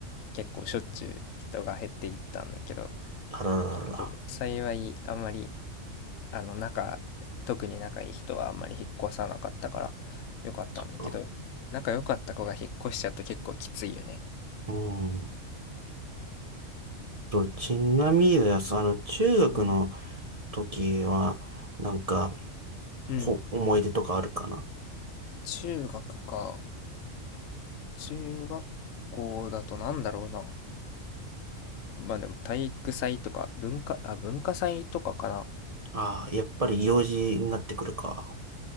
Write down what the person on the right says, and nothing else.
あららら
ら。
うん。うんと、ちなみにです、あの、中学の
時は、なんか、
こ、思い出とかあるかな
ああ、やっぱり幼児になってくるか。